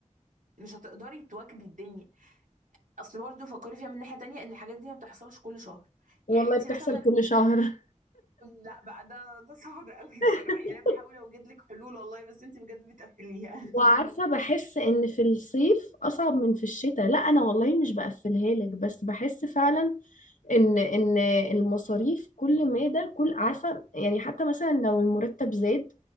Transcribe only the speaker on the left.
والله
بتحصل
كل شهر
<laughs>
وعارفة بحس ان في الصيف اصعب من في الشتاء لا انا والله مش بقفلها لك بس بحس فعلا ان ان المصاريف كل ما ده كل عارفة يعني حتى مثلا لو المرتب زاد